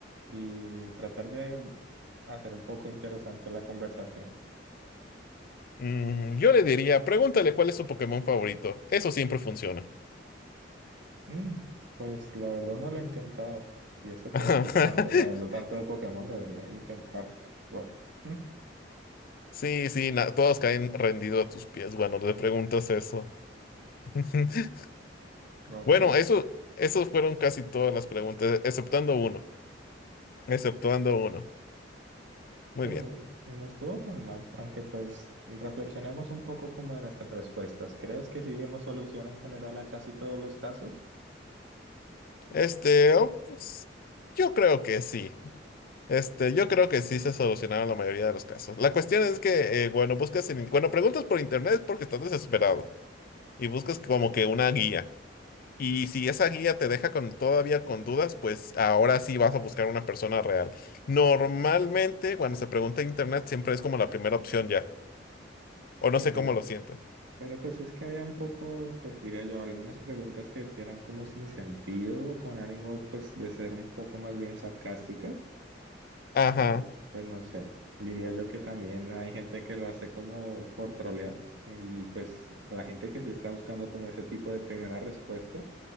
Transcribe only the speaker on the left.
Mm, yo le diría, pregúntale cuál es su Pokémon favorito. Eso siempre funciona.
<laughs>
Sí, sí, na- todos caen rendidos a tus pies. Bueno, le preguntas eso. <laughs>
Bueno, eso, esos fueron casi todas las preguntas, exceptuando uno, exceptuando uno. Muy
bien.
Este, oh, pues, yo creo que sí. Este, yo creo que sí se solucionaron la mayoría de los casos. La cuestión es que, eh, bueno, buscas en, bueno, preguntas por internet es porque estás desesperado y buscas como que una guía. Y si esa guía te deja con, todavía con dudas, pues ahora sí vas a buscar una persona real. Normalmente, cuando se pregunta en internet, siempre es como la primera opción ya. O no
sé
cómo lo siento.
Ajá.